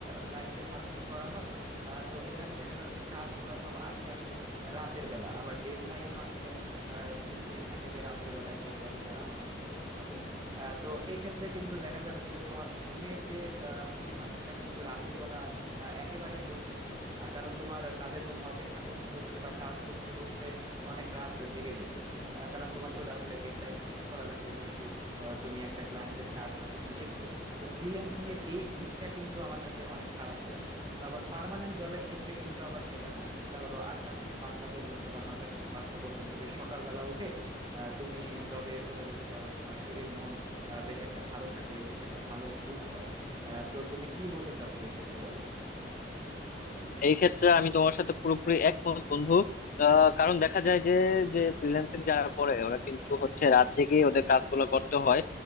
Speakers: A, on the right; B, on the left.
A: ক্লায়েন্টের মাধ্যমে করা হয় আহ, তো এখানে দেখা যাচ্ছে কাজগুলা সব আসে আসে রাতের বেলা আবার ডেডলাইনও আসলে আহ, সৃষ্টি থাকে যে রাতের বেলায় ডেডলাইনটা আমার মিট করতে হবে আহ, তো এই ক্ষেত্রে কিন্তু দেখা যাচ্ছে যে তোমার ঘুমের যে আহ, পরিমাণ সেটা কিন্তু রাতের বেলা আহ, একেবারেই হচ্ছে না আহ, কারণ তোমার কাজের জন্য অপেক্ষা করতে হচ্ছে বা কাজ করতে হচ্ছে অনেক রাত জেগে জেগে আহ, কারণ তোমার তো আসলে ডেডলাইন মিট করা লাগবে যেহেতু আহ, তুমি একটা ক্লায়েন্টের কাজ হাতে নিয়েছো তো ফ্রিল্যান্সিং এর এই দিকটা কিন্তু আমার কাছে অনেক খারাপ লাগে তো আবার পার্মানেন্ট জবের ক্ষেত্রে কিন্তু আবার সেটা না সেটা হলো আটটা থেকে পাঁচটা পর্যন্ত বা নয়টা থেকে পাঁচটা পর্যন্ত বেশ সকালবেলা উঠে আহ, তুমি জবে চলে যেতে পারো তোমার শরীর মন আহ, বেশ একটা ভালো থাকে বেশ একটা ভালো ঘুম হয় আহ, তো তুমি কি বলতে চাচ্ছো এই ক্ষেত্রে বলো
B: এই ক্ষেত্রে আমি তোমার সাথে পুরোপুরি একমত বন্ধু আহ, কারণ দেখা যায় যে যে ফ্রিল্যান্সিং যারা করে ওরা কিন্তু হচ্ছে রাত জেগে ওদের কাজগুলো করতে হয়